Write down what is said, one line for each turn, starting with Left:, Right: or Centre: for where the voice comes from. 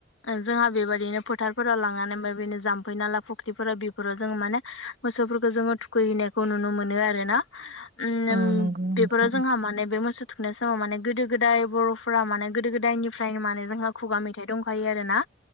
Left: जोंहा बेबायदिनो फोथारफोराव लांनानै ओम बेनो जाम बै नाला फख्रि फोरा बेफोराव जों माने मोसौफोरखौ जोंङो थुखैहैनायखौ नुनो मोनो आरोना ओम
Right: औ
Left: अम
Right: नंगौ नोंथां
Left: बेफोराव जोंहा माने बे मोसौ थुखैनाय समाव माने गोदो गोदाय बर' माने गोदो गोदायनिफ्रायनो माने जोंहा खुगा मेथाइ दंखायो आरो ना